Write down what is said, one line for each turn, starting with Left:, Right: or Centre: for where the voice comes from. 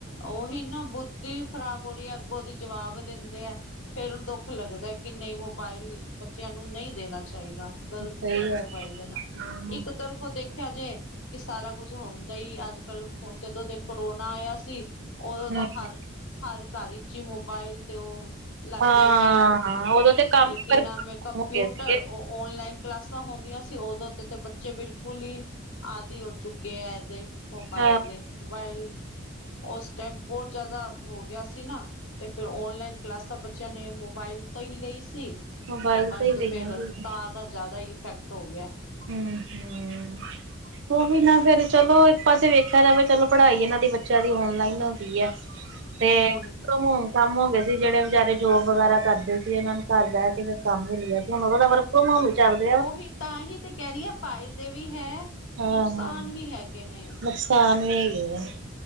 Left: ੳਹੀ ਨਾ ਬੁੱਧੀ ਖ਼ਰਾਬ ਹੋ ਰਹੀ ਐ, ਅੱਗੋਂ ਦੀ ਜਵਾਬ ਦੇਂਦੇ ਆ ਫੇਰ ਦੁੱਖ ਲੱਗਦਾ ਕਿ ਨਈ ਮੋਬਾਇਲ ਬੱਚੇਆਂ ਨੂੰ ਨਈ ਦੇਨਾ ਚਾਈਦਾ, ਗਲਤੀ
Right: ਸਹੀ
Left: ਐ
Right: ਗੱਲ
Left: ਮੋਬਾਇਲ ਦੇਨਾ
Right: ਹਾਂ
Left: ਇੱਕ ਤਰਫੋ ਦੇਖਿਆ ਜਾਏ ਸਾਰਾ ਕੁਛ ਹੁੰਦਾ ਹੀ ਅੱਜ ਕੱਲ ਜਦੋਂ ਦੇ ਕਰੋਨਾ ਆਇਆ ਸੀ। ਓਦੋਂ
Right: ਹਾਂਜੀ।
Left: ਦਾ ਹਰ ਹਰ ਘਰ ਇਚ ਈ ਮੋਬਾਇਲ ਤੇ ੳਹ ਲਗ
Right: ਹਾਂ,
Left: ਗਏ ਸੀ।
Right: ਉਦੋਂ ਤੇ ਕੰਮ ਹੀ
Left: ਕੀ
Right: ਬਰਬਾਦ
Left: ਨਾਮ ਏ ਕੰਪਿਊਟਰ
Right: ਹੋ ਗਏ ਸੀਗੇ।
Left: ੳਹ ਔਨਲਾਈਨ ਕਲਾਸਾਂ ਹੁੰਦੀਆਂ ਸੀ ੳਦੋਂ ਦੇ ਤੇ ਬ ਬਚੇ ਬਿਲਕੁਲ ਈ ਆਦੀ ਹੋ ਚੁੱਕੇ ਐ ਏਦੇ ਮੋਬਾਇਲ
Right: ਹਾਂ
Left: ਦੇ, ਮੋਬਾਇਲ ੳਸ ਟਾਈਮ ਬੋਤ ਜਾਦਾ ਹੋ ਗਿਆ ਸੀ ਨਾ ਤੇ ਫੇਰ ਔਨਲਾਈਨ ਕਲਾਸਾਂ ਬੱਚੇਆਂ ਨੇ ਮੋਬਾਇਲ ਤੋ ਹੀ ਲਈ ਸੀ
Right: ਮੋਬਾਇਲ
Left: ਬਸ
Right: ਤੇ ਹੀ ਲਈਆਂ
Left: ਫੇਰ
Right: ਸੀਗੀਆਂ
Left: ਤਾਂ ਦਾ ਜਾਦਾ ਇਫੈਕਟ ਹੋ ਗਿਆ।
Right: ਹੂੰ ਹੂੰ। ੳਵੀ ਨਾ ਫੇਰ ਚਲੋ ਇੱਕ ਪਾਸੇ ਵੇਖਿਆ ਜਾਵੇ ਚਲੋ ਪੜਾਈ ਏਨਾਂ ਦੀ ਬੱਚੇਆਂ ਦੀ ਔਨਲਾਈਨ ਹੋ ਗਈ ਐ। <unintelligible>
Left: ਹਮ
Right: ਕੰਮ ਹੋ ਗਏ ਸੀ ਜਿਹੜੇ ਵੇਚਾਰੇ ਜੋਬ ਵਗੈਰਾ ਕਰਦੇ ਸੀ ਏਨਾਂ ਨੂੰ ਘਰ ਬੇ ਕੇ ਫੇਰ ਕੰਮ ਮਿਲ ਗਿਆ ਤੇ ਹੁਨ ੳਦੋ ਦਾ ਵਰਕ ਫਰੋਮ ਹੋਮ ਚੱਲਦੇ ਆ।
Left: ਉਹੀ ਤਾਂ ਹੀ ਤੇ ਕਹ ਰੀ ਆ ਫਾਇਦੇ ਵੀ ਹੈ
Right: ਹਾਂ
Left: ਨੁਕਸਾਨ
Right: ਹਾਂ
Left: ਵੀ ਹੈਗੇ ਨੇ।
Right: ਨੁਕਸਾਨ ਵੀ ਹੈਗੇ ਆ।